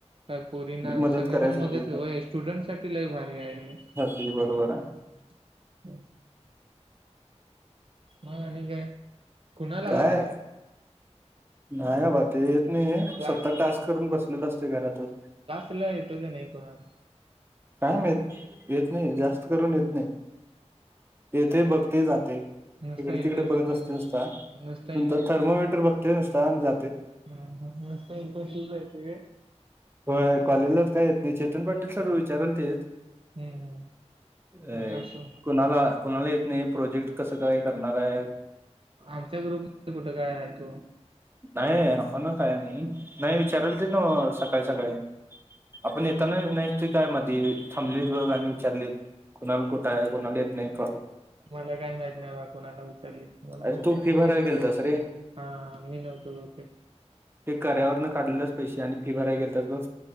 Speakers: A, on the right (about 50°); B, on the right (about 20°).
A: काय पोरीना
B: मदत
A: सगळ्यांना
B: करायसाठी
A: मदत ओय स्टुडंट साठी लय भारी आहे.
B: ते बरोबर आहे.
A: <inaudible> म आणि काय? कुणाल आला
B: काय
A: की नाही?
B: नाही अबा ते येत नाही
A: क्लास
B: स्वतः टास्क करून बसलेलं असतोय घरातच.
A: तुला येतं का नाही कोणा
B: काय माहित येत नाहीं नाही जास्त करून येत नाही येते बघते जाते. तिकडे
A: नुसता इंटर्नशिपला
B: तिकडे बघत बसते नुसता
A: नुसता
B: नंतर थर्मोमीटर बघते नुसता आणि जाते.
A: हा हा नुसतं इंटरशिपला येते काय?
B: व्हंय, कॉलेजलाच का येतो? चेतन पाटील सर विचारतील.
A: हम्म
B: ऐय,
A: आता असो
B: कुणाला, कुणाला येत नाही, प्रोजेक्ट कसं काय करणार आहे?
A: आमच्या ग्रुप मध्ये कुठं काय आहे तो?
B: नाही आपणच आहे आणि, नाही विचारतील नव्हं सकाळी, सकाळी. आपण येताना <unintelligible> आहे मध्यी. थांबलीत बघ, आणि विचारलीत, कुणाल कुठं आहे? कोणाला येत नाही? प्रॉ
A: मला काय माहित नाही बा, कुणाला विचारलीत मला
B: अरे
A: काय,
B: तू फी भरायला
A: मी नव्हतो
B: गेलतास
A: बहुतेक.
B: रे
A: हा, मी नव्हतो बहुतेक.
B: ते कऱ्यावर न काढलेलंच पैसे आणि फी भराय घेतात बघ